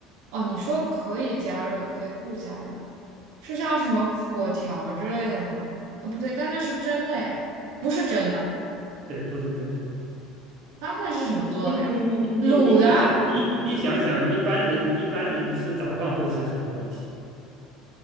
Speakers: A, on the right; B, on the right.
A: 哦，你说可以加热，也可以不加热，是像什么果条之类的吗？呃、不对，但那是真的呀，不是真的
B: 对，不是真的。
A: 啊，那是什么做的呀？
B: 你你你你你你你想想，
A: 卤的
B: 你你想想，一般人一般人吃早饭会吃什么东西？